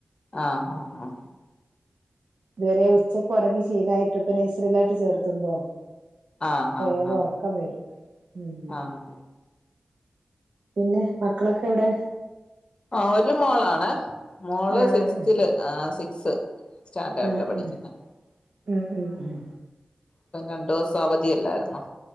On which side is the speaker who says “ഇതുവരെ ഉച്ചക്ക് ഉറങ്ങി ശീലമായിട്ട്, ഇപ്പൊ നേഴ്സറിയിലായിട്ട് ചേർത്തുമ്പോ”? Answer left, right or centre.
Right